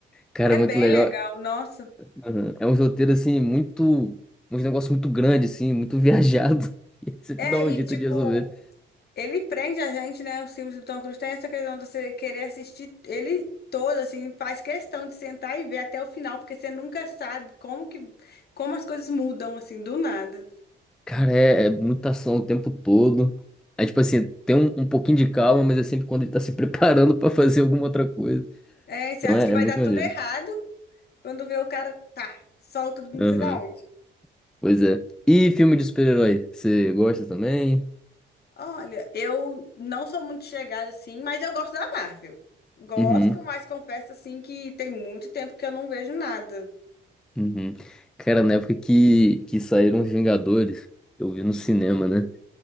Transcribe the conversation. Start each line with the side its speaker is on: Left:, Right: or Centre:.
Centre: Cara,
Left: É
Centre: é muito
Left: bem
Centre: legal.
Left: legal, nossa.
Centre: Uhum. É um roteiro, assim, muito. Um negócio muito grande, assim, muito viajado. <laughs> E sempre
Left: É,
Centre: dá um
Left: e
Centre: jeito
Left: tipo,
Centre: de resolver.
Left: Ele prende a gente, né? Os filmes do Tom Cruise tem essa questão de você querer assistir ele todo, assim, faz questão de sentar e ver até o final, porque você nunca sabe como que, como as coisas mudam, assim, do nada.
Centre: Cara, é, é muita ação o tempo todo. É tipo assim, tem um, um pouquinho de calma, mas é sempre quando ele tá se <laughs> preparando pra fazer alguma outra coisa.
Left: É, você
Centre: Então
Left: acha
Centre: é,
Left: que vai
Centre: é muito
Left: dar tudo
Centre: maneiro.
Left: errado, quando vê o cara, tá, solta não
Centre: Aham.
Left: sei da onde.
Centre: Pois é. E filme de super-herói? Você gosta também?
Left: Olha, eu não sou muito chegada, assim, mas eu gosto da Marvel. Gosto,
Centre: Uhum.
Left: mas confesso, assim, que tem muito tempo que eu não vejo nada.
Centre: Uhum. Cara, na época que, que saíram os Vingadores, eu vi no cinema, né?